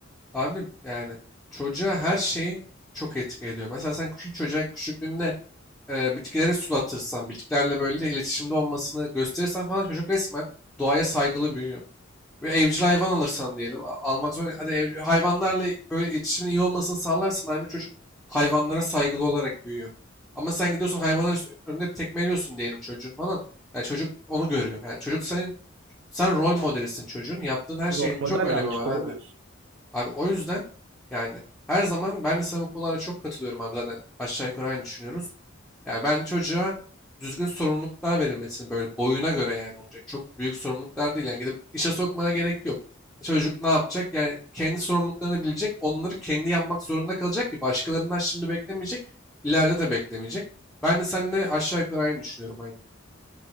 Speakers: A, in the centre; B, on the right.
A: Abi yani çocuğa her şeyi çok etki ediyor. Mesela sen küçük çocuğa küçüklüğünde e, bitkileri sulatırsan, bitkilerle böyle iletişimde olmasını gösterirsen falan çocuk resmen doğaya saygılı büyüyor. Ve evcil hayvan alırsan diyelim. a- Almak zorunda. Hadi ev- hayvanlarla böyle iletişimin iyi olmasını sağlarsan abi çocuk hayvanlara saygılı olarak büyüyor. Ama sen gidiyorsun hayvanın üst- önünde tekmeliyorsun diyelim çocuğun falan. Yani çocuk onu görüyor. Yani çocuk senin sen rol modelisin çocuğun. Yaptığın her
B: Rol
A: şeyin
B: model
A: çok önemi
B: yanlış,
A: var
B: doğru
A: abi.
B: diyorsun.
A: Abi o yüzden yani her zaman ben de sana bu konulara çok katılıyorum abi zaten aşağı yukarı aynı düşünüyoruz. Yani ben çocuğa düzgün sorumluluklar verilmesini böyle boyuna göre yani olacak. Çok büyük sorumluluklar değil. Yani gidip işe sokmana gerek yok. Çocuk ne yapacak? Yani kendi sorumluluklarını bilecek. Onları kendi yapmak zorunda kalacak ki başkalarından şimdi beklemeyecek. ileride de beklemeyecek. Ben de seninle aşağı yukarı aynı düşünüyorum aynen.